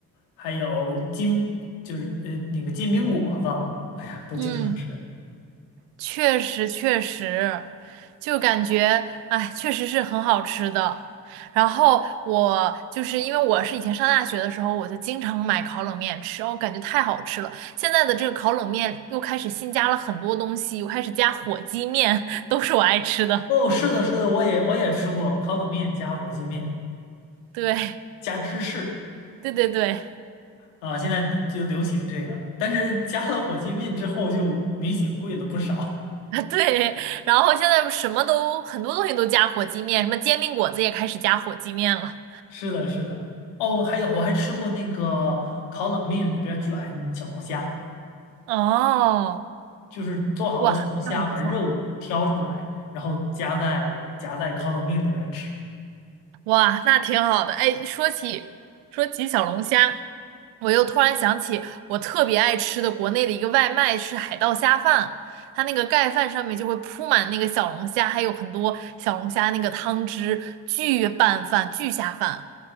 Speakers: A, on the left (about 85°); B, on the right (about 80°).
A: 还有金，就是呃那个煎饼果子，哎呀，都经常吃。
B: 嗯。确实确实，就感觉哎，确实是很好吃的。然后我就是因为我是以前上大学的时候，我就经常买烤冷面吃，我感觉太好吃了。现在的这个烤冷面又开始新加了很多东西，又开始加火鸡面，<laughs> 都是我爱吃的。
A: 哦，是的，是的，我也我也吃过烤冷面加火鸡面
B: 对，
A: 加芝士
B: 对对对。
A: 啊，现在就流行这个，但是加了火鸡面之后就明显贵了不少。
B: 啊，对对然后现在什么都很多东西都加火鸡面，什么煎饼果子也开始加火鸡面了。
A: <laughs> 是的，是的。哦，还有我还吃过那个烤冷面里边卷小龙虾。
B: 哦，
A: 就是做好的小龙虾，
B: 哇，那很不错。
A: 把肉挑出来，然后夹在夹在烤冷面里边吃。
B: 哇，那挺好的。哎，说起说起小龙虾，我又突然想起我特别爱吃的国内的一个外卖是海盗虾饭，它那个盖饭上面就会铺满那个小龙虾，还有很多小龙虾那个汤汁，巨拌饭、巨下饭。